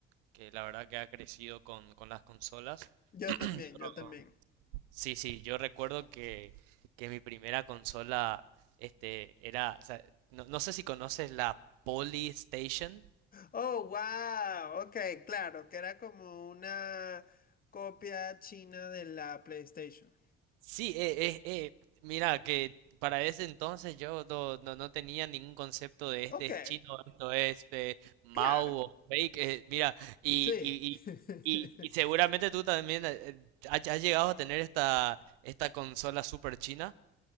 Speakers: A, on the right; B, on the left.
A: que la verdad que ha crecido con, con las consolas.
B: Yo
A: <clears throat>
B: también,
A: Yo
B: yo también.
A: Sí, sí, yo recuerdo que, que mi primera consola este, era, o sea, no, no sé si conoces la Polystation.
B: Oh, wow. Ok, claro, que era como una copia china de la PlayStation.
A: Sí, eh, eh, eh, mira que para ese entonces yo no, no, no tenía ningún concepto de este
B: Ok,
A: es chino, esto es eh, Mao
B: claro.
A: o fake, eh, mira, y,
B: Sí.
A: y,
B: <laughs>
A: y, y, y seguramente tú también eh, eh, has, has llegado a tener esta, esta consola super china.